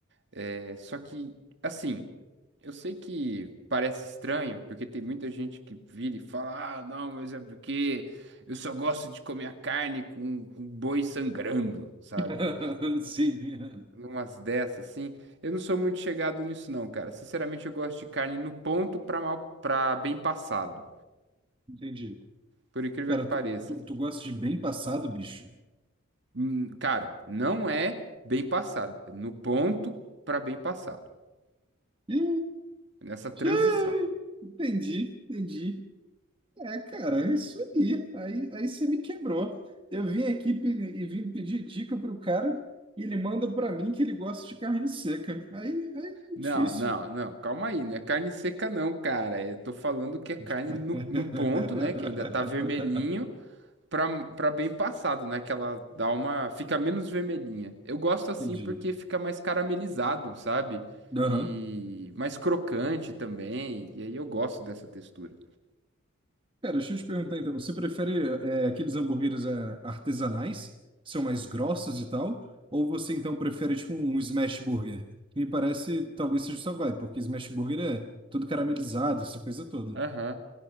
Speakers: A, on the right; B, on the right.
A: É, só que, assim, eu sei que parece estranho, porque tem muita gente que vira e fala: ah, não, mas é porque eu só gosto de comer a carne com, com boi sangrando, sabe?
B: <laughs> Sim.
A: Umas dessas, assim. Eu não sou muito chegado nisso, não, cara. Sinceramente, eu gosto de carne no ponto pra, mal, pra bem passado,
B: Entendi.
A: por incrível
B: Pera,
A: que pareça.
B: tu, tu, tu gosta de bem passado, bicho?
A: Hum, cara, não é bem passado, é no ponto pra bem passado,
B: Ih,
A: nessa transição.
B: ih, Entendi, entendi. É, cara, é isso aí. Aí, aí você me quebrou. Eu vim aqui pe- e vim pedir dica pro cara e ele manda pra mim que ele gosta de carne seca. Aí, aí é
A: Não,
B: difícil.
A: não, não, calma aí, não é carne seca não, cara. Eu tô falando que é carne
B: <laughs>
A: no, no ponto, né? Que ainda tá vermelhinho pra, pra bem passado, né? Que ela dá uma. Fica menos vermelhinha. Eu gosto assim
B: Entendi.
A: porque fica mais caramelizado, sabe?
B: Aham.
A: E mais crocante também. E aí eu gosto dessa textura.
B: Cara, deixa eu te perguntar então. Você prefere é, aqueles hambúrgueres é, artesanais, que são mais grossos e tal? Ou você então prefere tipo um smash burger? Que me parece talvez seja só vai, porque smash burger é todo caramelizado, essa coisa toda.
A: Aham.